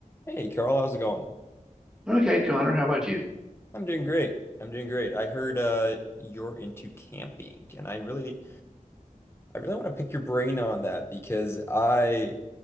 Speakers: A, on the left; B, in the centre.
A: Hey Carl, how's it going?
B: Okay, Connor, how about you?
A: I'm doing great. I'm doing great. I heard uh you're into camping and I really I really want to pick your brain on that because I